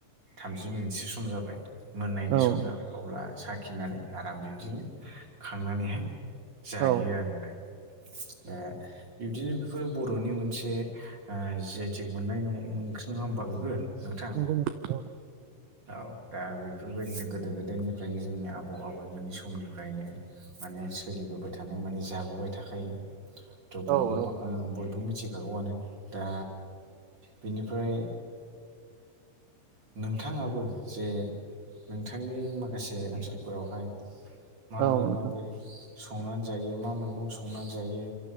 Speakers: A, on the right; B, on the right.
A: थामजि मिनिटसो सम जाबाय मोननायनि
B: औ
A: सम जाबाय अब्ला साखिनानै आराम बिब्दिनो खांनानैहाय जायो
B: औ
A: आरो ना दा बिब्दिनो बेफोरो बर'नि मोनसे ओ जि आइ टेग मोननाय न' नुं नंङा होमबा बेबो नोंथां
B: नंगौ नोंथां
A: औ दा बेफोरबायदिनो गोदो गोदायनिफ्रायनो जोंनि आबौ आबै मोननि समनिफ्रायनो माने सोलिबोबाय थानाय माने जाबोबाय थाखायो थ' बयबो
B: औ औ
A: ओ बयबो मिथिखागौआनो दा बेनिफ्राय नोंथांङाबो जे नोंथांनि माखासे ओनसोलफोरावहाय
B: नोंथां
A: माबोरै माबोरै संनानै जायो मा मैगं संनानै जायो